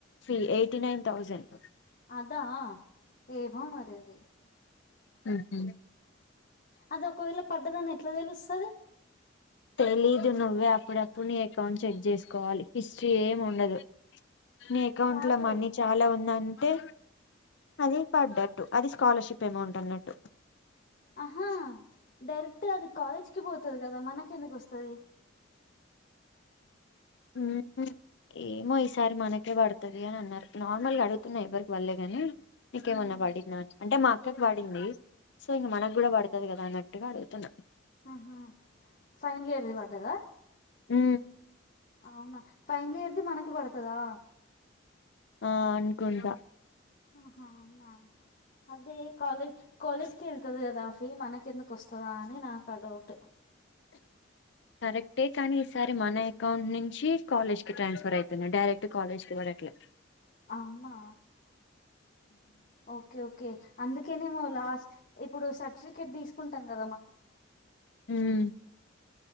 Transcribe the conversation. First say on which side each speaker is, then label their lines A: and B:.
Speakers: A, on the left; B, on the left.
A: fee eighty nine thousand
B: అదా ఏమో మరి అది
A: ఊహూ
B: అది ఒకవేళ పడ్డదని ఎట్లా తెలుస్తది
A: తెలీదు నువ్వే అప్పుడప్పుడు నీ అకౌంట్ చెక్ చేసుకోవాలి హిస్టరీ ఏం ఉండదు నీ అకౌంట్
B: కాదు
A: లో మనీ చాలా ఉందంటే అది పడ్డ టు అది స్కాలర్షిప్ అమౌంట్ అన్నట్టు
B: ఆహా డైరెక్ట్ అది కాలేజ్ కి పోతది కదా మనకి ఎందుకు వస్తది
A: ఊహూ ఏమో సారి మనకే పడుతది అని అన్నారు నార్మల్ గా అడుగుతున్నా ఎవ్వరికీ పడలే గాని నీకేమన్నా
B: మ్మ్
A: పడిందా అని అంటే మా అక్కకి
B: లే
A: పడింది సో ఇంక మనకు కూడా పడుతది కదా అన్నట్టుగా అడుగుతున్నా
B: అహా ఫైనల్ ఇయర్ ది పడదా
A: ఊ
B: అవునా ఫైనల్ ఇయర్ ది మనకి పడుతదా
A: ఆ అనుకుంటా
B: ఆహా అవునా అదే కాలే కాలేజ్ కి ఎళ్తది కదా ఫీ మనకెందుకు వస్తదా అని నాకు ఆ డౌట్
A: కరెక్టే కానీ ఈసారి మన ఎకౌంట్ నుంచి కాలేజ్ కి ట్రాన్స్ ఫర్ అయిపొయినా డైరెక్ట్ కాలేజ్ కి పడట్లే
B: అవునా ఓకే ఓకే అందుకేనేము లాస్ట్ ఇప్పుడు సర్టిఫికెట్ తీసుకు కా
A: ఉమ్